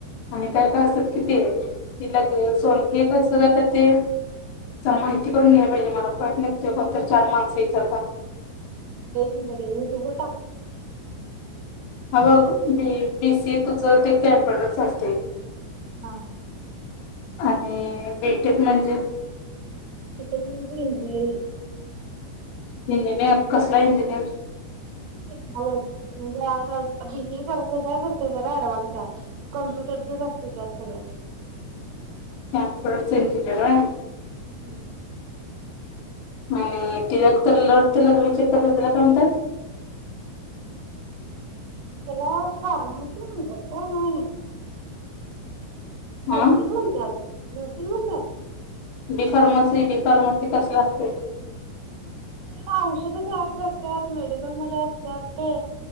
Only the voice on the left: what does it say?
आणि काय काय असतात किती ते लगु सुन हे कस करतात की ते जरा माहिती करून घ्यायला पाहिजे मला खुळ्यात निघतेय कोणत चार माणसं विचारताना.
अबग बी बी सी ए तुझं ते कॉम्प्युटरच असते.
आणि बी टेक म्हणजे?
इंजिनिअर कसला इंजिनिअर
कॉम्प्युटरच इंजिनीअर होय?
आणि ती रक्त रक्त लग लघवी चेक करत्यात त्याला काय म्हणतात?
हा
डिफार्मसी डिफार्मसी कसला असते